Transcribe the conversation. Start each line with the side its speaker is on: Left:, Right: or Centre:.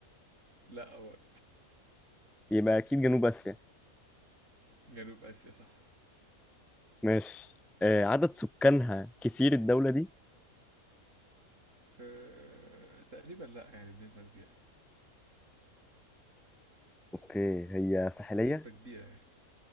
Right: لا برضه
Centre: يبقى أكيد جنوب آسيا
Right: جنوب اسيا صح
Centre: ماشي آه عدد سكانها كتير الدولة دي
Right: أه تقريبا لا يعني بنسبة كبيرة
Centre: أوكي هي ساحلية
Right: بنسبة كبيرة يعني